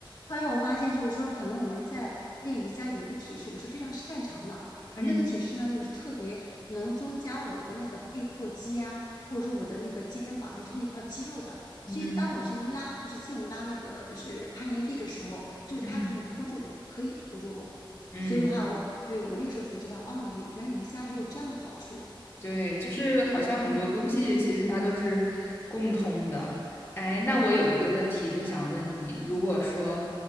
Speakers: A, on the left; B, on the left.
A: 后来我发现就是说，可能我们在练瑜伽有一个体式我是非常擅长的，而那个体式呢又是特别能增加我的那个背阔肌啊，
B: 嗯
A: 或者说我的那个肩膀那那块肌肉的。所以当我去拉就是硬拉那个就是攀岩壁的时候，
B: 嗯。
A: 就是它可能拖住我，
B: 嗯嗯
A: 可以拖住我。
B: 嗯。
A: 所以的话，我对我那个时候才知道，哦，原原来瑜伽还有这样的好处。
B: 对，就是好像很多东西其实它都是共通的。哎，那我有一个问题就想问你，如果说，